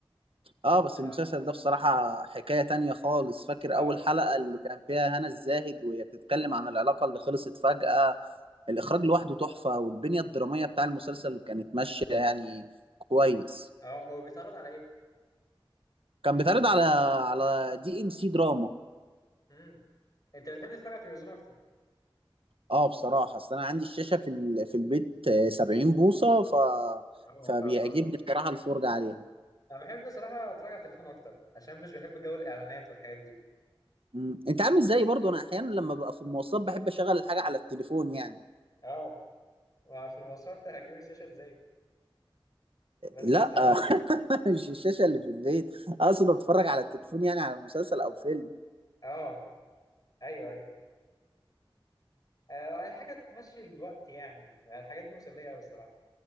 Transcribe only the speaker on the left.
انت
اه
اه هو بيتعرض على ايه؟
امم انت بتحب تتفرج على التلفزيون اكتر
اه
ما شاء الله
انا بحب صراحه اتفرج على التليفون اكتر عشان مش بحب جو الاعلانات والحاجات دي
اه وفي المواصلات هجيب الشاشه ازاي؟ بس
اه ايوه ايوه آه، اي حاجه تمشي الوقت يعني الحاجات دي مسليه قوي الصراحه